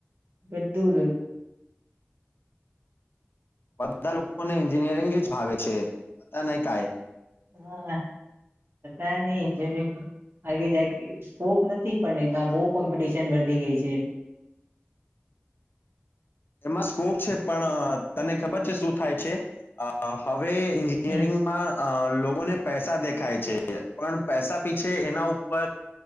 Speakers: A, on the right; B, on the left.
A: બધું
B: બધા લોકોને એન્જિનિયરિંગ જ ભાવે છે. એ નહી કાય
A: હા અતારે <unintelligible> સ્કોપ નથી પણ એમાં બવ કોમ્પિટિશન વધી ગઈ છે.
B: એમાં સ્કોપ છે પણ તને ખબર છે શું થાય છે <inaudible> હવે એન્જિનિયરિંગમાં
A: હમ
B: અ લોકોને પેસ પસા દેખાય છે પણ પૈસા પીછે એના ઉપર